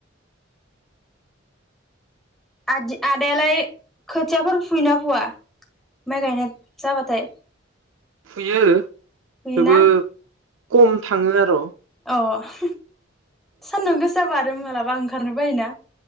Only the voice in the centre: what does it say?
आदि आदायालाय खोथियाफोर फुयोना फुवा माइ गायनाय जाबाथाय
फुयोना
अह सान्दुं गोसाबा आरो मालाबा ओंखारनो बायोना